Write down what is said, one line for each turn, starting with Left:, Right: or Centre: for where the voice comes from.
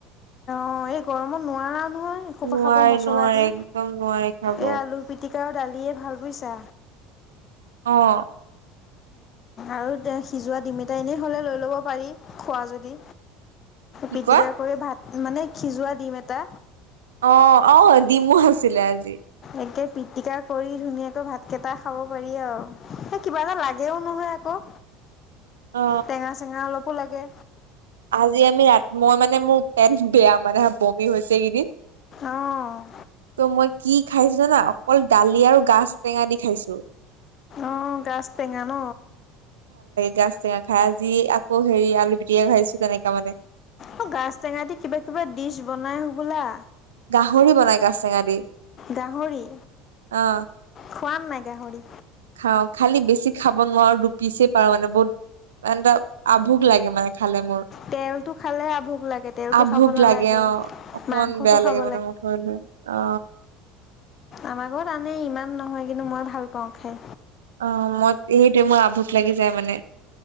Left: অ এই গৰমত নোৱাৰা নহয় এসোপা
Right: নোৱাৰে
Left: খাব মছলা
Right: নোৱাৰে
Left: দি
Right: একদম নোৱাৰে খাব
Left: এই আলু পিটিক তেওঁ দালিয়ে ভাল পৈছা
Right: অঁ
Left: আৰু সিজোৱা ডিম এটা এনেই হ'লে লৈ ল'ব পাৰি খোৱা যদি
Right: কি
Left: পিটিকা
Right: কোৱা
Left: কৰি ভাত মানে খিজোৱা দিম এটা
Right: অ আহ ডিমো আছিলে আজি
Left: একে পিটিকা কৰি ধুনীয়াকৈ ভাত কেইটা খাব পাৰি আৰু কিবা এটা লাগে ও নহয় আকৌ
Right: অ
Left: টেঙা চেঙা অলপো লাগে
Right: আজ আমি ৰা মই মানে মোৰ পেট বেয়া মানে বমি হৈছে কেইদিন
Left: আহ
Right: ত' মই কি খাইছো না অকল দালি আৰু গাাজ টেঙা দি খাইছো
Left: অ গছ টেঙা ন
Right: গাছ টেঙা খাই আজি আকৌ হেৰি আলু পিটিয়ে খাইছো তেনেককা মানে
Left: অ গছ টেঙা দি কিবা কিবা ডিচ বনাই হবোলা
Right: গাহৰি বনাই কা েঙা দি
Left: গাহৰি
Right: অ
Left: খোৱাম নাই গাহৰি
Right: খাওঁ খালি বেছি খাব নোৱাৰো দুপিছেই পাৰো মানে বহুতটা আভুোক লাগে মানে খালে মোৰ
Left: তেলটো খালেহে ভোক লাগে তেলটো
Right: আভোক
Left: খাব নালাগে
Right: লাগে অ অকমান
Left: মাংসটো
Right: বেয়া
Left: খাব
Right: লাগে মানে মোক হো অ
Left: আমাৰাকত আনে ইমান নহয় কিন্তু মই ভাল পাওঁ খাই
Right: অ মই সেইটয়ে মোৰ আভুোক লাগি যায় মানে